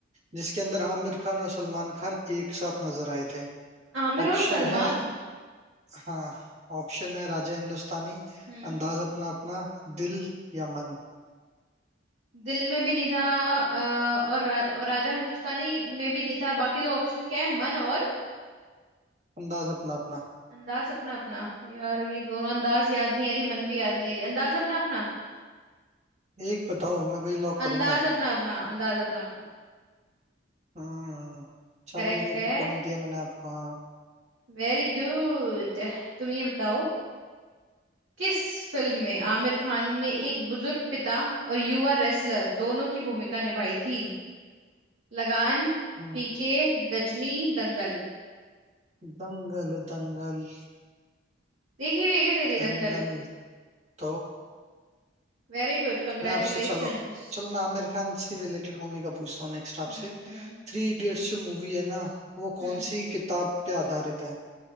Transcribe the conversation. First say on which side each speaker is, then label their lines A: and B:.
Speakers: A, on the right; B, on the right.
A: जिसके अंदर आमिर खान और सलमान खान एक साथ नजर आए थे
B: आमिर
A: ऑप्शन
B: और सलमान
A: है हाँ ऑप्शन है राजा हिंदुस्तानी
B: हम्म
A: अंदाज अपना अपना दिल या मन
B: दिल में भी नहीं था अ, और, राज, और राजा हिंदुस्तानी में भी नहीं था बाकी दो ऑप्शन क्या है मन और
A: अंदाज अपना अपना
B: अंदाज अपना अपना यार अब ये दोनों अंदाज याद नहीं आ रही मन भी याद नहीं आ रही अंदाज अपना अपना
A: एक बताओ मैं वही
B: अ-
A: लॉक करूंगा
B: अंदाज अपना अपना अंदाज अपना अपना
A: हम्म चलो
B: करेक्ट
A: ये
B: है
A: भी पॉइंट दिया मैंने आपको हाँ
B: वेरी गुड तुम ये बताओ किस फिल्म में आमिर खान ने एक बुजुर्ग पिता और युवा रेसलर दोनों की भूमिका निभाई थी लगान
A: हम्म,
B: पीके गजनी दंगल
A: दंगल दंगल
B: देखी हुई है क्या तेरी
A: दंगल
B: दंगल
A: तो
B: Very good congratulations
A: मैं आपसे चलो चलो मैं आमिर खान से रिलेटेड मूवी का पूछता हूँ नेक्स्ट आपसे
B: हम्म हम्म
A: थ्री इडियट्स जो मूवी है ना वो
B: हम्म
A: कौन सी किताब पे आधारित है